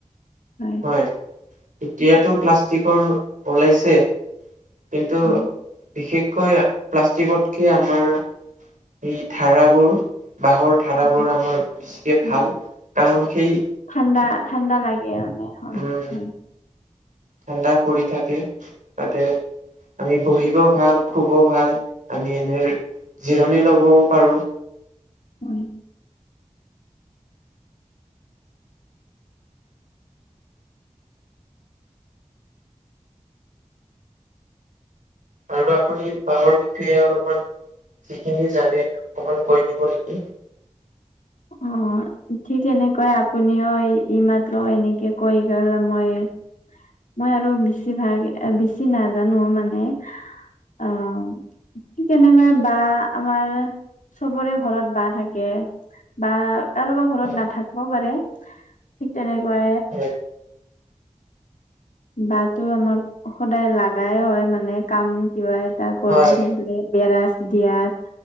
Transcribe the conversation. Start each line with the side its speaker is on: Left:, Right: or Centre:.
Left: হয়।
Right: হয়, এতিয়াতো প্লাষ্টিকৰ ওলাইছে। কিন্তু
Left: হয়
Right: বিশেষকৈ প্লাষ্টিকতকে আমাৰ এই ধাৰাবোৰ বাঁহৰ ধাৰাবোৰ
Left: হয়
Right: আমাৰ বেছিকে
Left: হয়
Right: ভাল কাৰণ সেই
Left: ঠাণ্ডা, ঠাণ্ডা লাগে মানে হয়।
Right: উম
Left: হয়
Right: ঠাণ্ডা পৰি থাকে, তাতে আমি বহিবও ভাল, খুবও ভাল আমি এনে জিৰণি ল'বও পাৰোঁ।
Left: হয়।
Right: আৰু আপুনি বাঁহৰ বিষয়ে অলপমান যিখিনি জানে অকমান কৈ দিব নেকি?
Left: অ'। ঠিক তেনেকৈ আপুনিও এই- এইমাত্ৰ এনেকে কৈ গ'ল মই মই আৰু বেছিভাল বেছি নাজানো মানে। অ' ঠিক তেনেকৈয়ে বাঁহ আমাৰ চবৰে ঘৰত বাঁহ থাকে। বা কাৰোবাৰ ঘৰত
Right: হয়
Left: নাথাকিবও পাৰে ঠিক তেনেকৈ
Right: হয়।
Left: বাঁহটো আমাক সদায় লাগাই হয়, মানে কাম কিবা এটা কৰিব
Right: হয়
Left: খুজিলে বেৰাজ দিয়াত